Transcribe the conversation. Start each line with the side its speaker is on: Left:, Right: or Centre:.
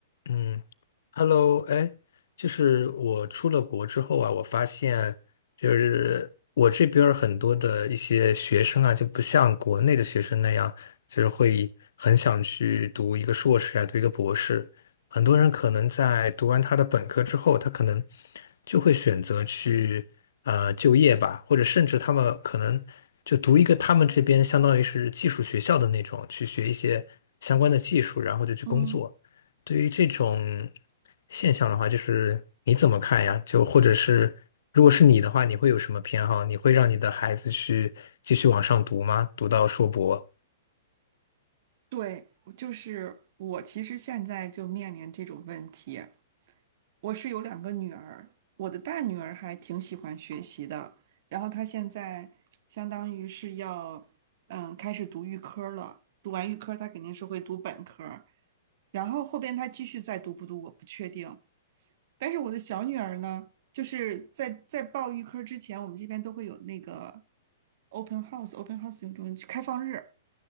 Left: 嗯，Hello，哎，就是我出了国之后啊，我发现就是我这边儿很多的一些学生啊，就不像国内的学生那样，就是会很想去读一个硕士啊，读一个博士。很多人可能在读完他的本科之后，他可能就会选择去呃就业吧，或者甚至他们可能就读一个他们这边相当于是技术学校的那种，去学一些相关的技术，然后就去工作。
Right: 嗯，
Left: 对于这种现象的话，就是你怎么看呀？就或者是，如果是你的话，你会有什么偏好？你会让你的孩子去继续往上读吗？读到硕博？
Right: 对，就是我其实现在就面临这种问题。我是有两个女儿，我的大女儿还挺喜欢学习的，然后她现在相当于是要嗯开始读预科了，读完预科她肯定是会读本科儿然后后边她继续再读不读我不确定。但是我的小女儿呢，就是在在报预科之前，我们这边都会有那个 open house，open house 用中文开放日。